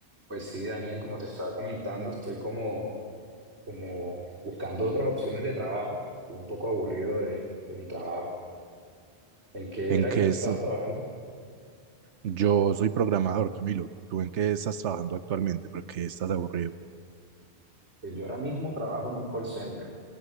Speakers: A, on the right; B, on the right.
A: Pues sí, Daniel, como te estaba comentando, estoy como, como buscando otras opciones de trabajo. Estoy un poco aburrido de, de mi trabajo. ¿En qué
B: ¿En
A: era
B: qué
A: que tú
B: estás?
A: estabas trabajando?
B: Yo soy programador, Camilo. ¿Tú en qué estás trabajando actualmente? ¿Por qué estás aburrido?
A: Pues yo ahora mismo trabajo en un call center.